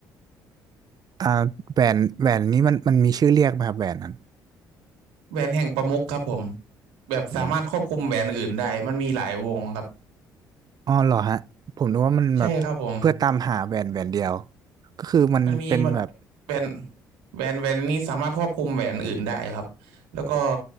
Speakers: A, on the right (about 45°); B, on the right (about 80°).
A: อ่าแหวนแหวนนี้มันมันมีชื่อเรียกไหมครับแหวนนั้น
B: แหวนแห่งประมุขครับผมแบบสามารถควบคุมแหวนอื่นได้มันมีหลายวงครับ
A: อืมอ๋อเหรอฮะผมนึกว่ามันแบบเพื่อตามหาแหวนแหวนเดียว
B: ใช่ครับผม
A: ก็คือมันเป็นแบบ
B: มันมีมันแหวนแหวนแหวนนี้สามารถควบคุมแหวนอื่นได้ครับแล้วก็